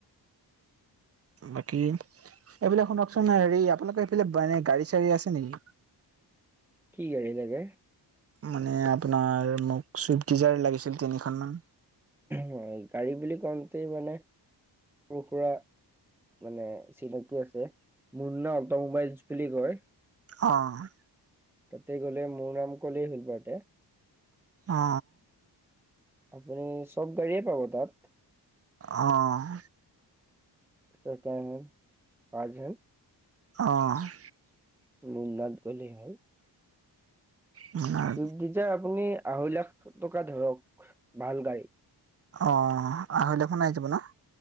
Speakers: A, on the right; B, in the centre.
A: বাকী। এইবিলাক শুনকচোন হেৰি আপোনালোকৰ এইফালে মানে গাড়ী চাড়ী আছে নেকি।
B: কি গাড়ী লাগে।
A: মানে আপোনাৰ মোক চুইফ্টিডিজাৰ লাগিছিল তিনিখন মান।
B: হয় গাড়ী বুলি কওঁতে মানে সৰু সুৰা। মানে চিনাকি আছে মুন্না অটমোবাইলছ বুলি কয়।
A: অ',।
B: তাতে গ'লে মোৰ নাম কলে হ'ল তাতে।
A: অ
B: আপুনি চব গাড়ীয়ে পাব তাত।
A: আহ।
B: <unintelligible>
A: অ'।
B: লুনাত গ'লেই হয়।
A: আপোনাৰ
B: চুইপ ডিজাৰ আপুনি আঢ়ৈ লাখ টকা ধৰক ভাল গাড়ী।
A: অহ আহিলে সোমাই যাব ন'